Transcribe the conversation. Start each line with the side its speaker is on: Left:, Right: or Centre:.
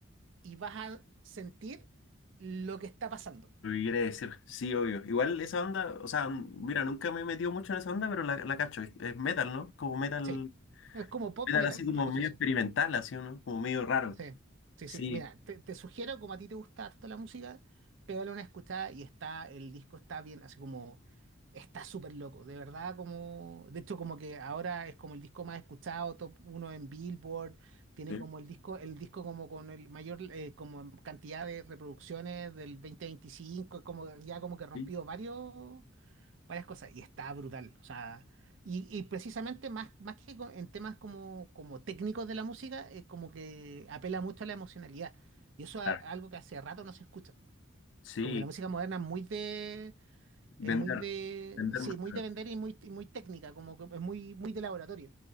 Right: y vas a sentir lo que está pasando.
Left: lo que quiere decir, sí, obvio. Igual esa onda, o sea, n- mira, nunca me he metido mucho en esa onda, pero la, la cacho, es, es metal, ¿no? Como metal,
Right: Sí. Es como pop
Left: metal
Right: metal,
Left: así como
Right: una cosa
Left: medio
Right: así.
Left: experimental, así, ¿no? Como medio raro.
Right: Sí, sí,
Left: Sí,
Right: sí. Mira, te, te sugiero, como a ti te gusta harto la música, pégale una escuchada y está, el disco está bien, así como, está súper loco, de verdad, como, de hecho, como que ahora es como el disco más escuchado, top uno en Billboard, tiene
Left: sí,
Right: como el disco, el disco como con el mayor, eh, como cantidad de reproducciones del 2025, como ya como que rompió
Left: sí,
Right: varios, varias cosas y está brutal. O sea, y, y precisamente más, más que co- en temas como, como técnicos de la música, es como que apela mucho a la emocionalidad. Y eso
Left: claro.
Right: es algo que hace rato no se escucha.
Left: Sí,
Right: Como que la música moderna es muy de,
Left: vender,
Right: es muy de,
Left: vender
Right: sí,
Left: más
Right: muy
Left: caro.
Right: de vender y muy, y muy técnica, como que es muy, muy de laboratorio.